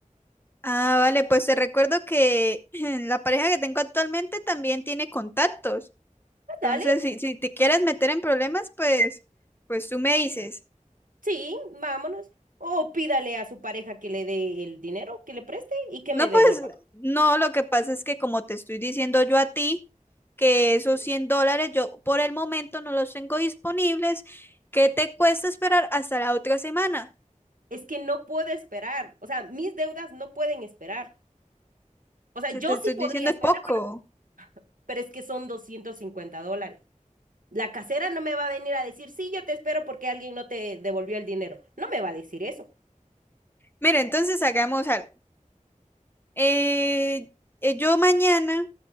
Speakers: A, on the left; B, on the right.
A: Ah, vale, pues te recuerdo que <laughs> <clears throat> la pareja que tengo actualmente también tiene contactos.
B: Ah, dale,
A: Entonces, si, si te quieres meter en problemas, pues, pues tú me dices.
B: sí, vámonos. O pídale a su pareja que le dé el dinero que le preste y que
A: No,
B: me devuelva.
A: pues, no, lo que pasa es que como te estoy diciendo yo a ti, que esos 100 dólares yo por el momento no los tengo disponibles, ¿qué te cuesta esperar hasta la otra semana?
B: Es que no puedo esperar, o sea, mis deudas no pueden esperar. O sea,
A: Si
B: yo
A: te estoy
B: sí
A: diciendo
B: podría esperar,
A: es poco.
B: pero, pero es que son 250 dólares. La casera no me va a venir a decir, sí, yo te espero porque alguien no te devolvió el dinero. No me va a decir eso.
A: Mira, entonces hagamos algo. Eh, eh, yo mañana,